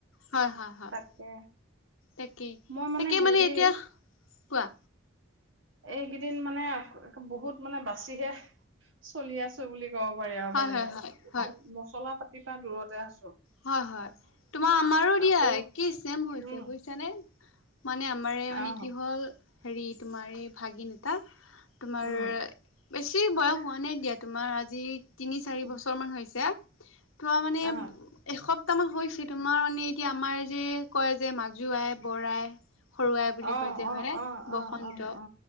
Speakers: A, on the left; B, on the right.
A: হয় হয় হয়
B: তাকে
A: তাকেই
B: মই
A: তাকে
B: হেৰি
A: মানে এতিয়া, কোৱা?
B: এইকেইদিন মানে বহুত মানে বাচিহে চলি আছো বুলি ক'ব পাৰি আৰু
A: হয়
B: মানে
A: হয় হয় হয়
B: মছলা পাতিৰ পৰা দূৰতে আছ
A: হয় হয় তোমাৰ আমাৰো দিয়া
B: সৰু
A: কি চেম হৈছে
B: উম
A: বুজিছানে। মানে আমাৰ মানে
B: অ
A: কি হ'ল হেৰি তোমাৰ এই ভাগিন এটা তোমাৰ
B: উম
A: বেছি বয়স হোৱা নাই দিয়া তোমাৰ আজি তিনি চাৰি
B: উম
A: বছৰ মান হৈছে। তোৱা মানে
B: আহ
A: সপ্তাহ মান হৈছে তোমাৰ মানে এতিয়া আমাৰ যে কয় যে মাজু আই বৰ আই সৰু আই বুলি
B: অ
A: কয় যে
B: অ
A: হয়নে,
B: অ
A: বসন্ত
B: অ অ অ